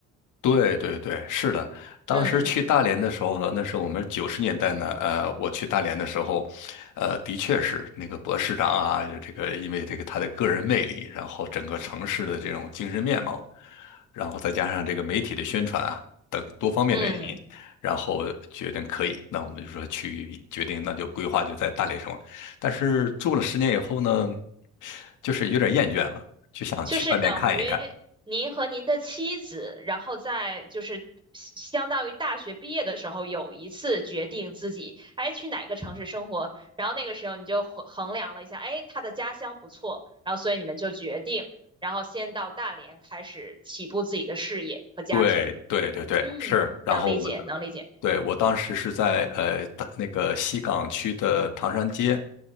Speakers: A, on the left (about 85°); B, on the right (about 15°).
A: 对对对，是的。当时去大连的时候呢，
B: 嗯
A: 那是我们九十年代呢，呃，我去大连的时候，呃，的确是那个博士长啊，这个因为这个他的个人魅力，然后整个城市的这种精神面貌，然后再加上这个媒体的宣传啊等多方面的原因，
B: 嗯，
A: 然后决定可以，那我们就说去决定，那就规划就在大连生活。但是住了十年以后呢，就是有点厌倦了，就想去外面看一看。
B: 就是等于您和您的妻子，然后在就是相当于大学毕业的时候，有一次决定自己哎去哪个城市生活，然后那个时候你就衡衡量了一下，哎，他的家乡不错，然后所以你们就决定，然后先到大连开始起步自己的事业和家庭。
A: 对对对对，
B: 嗯，
A: 是。然后我们
B: 能理解，能理解。
A: 对，
B: 嗯
A: 我当时是在呃大那个西岗区的唐山街，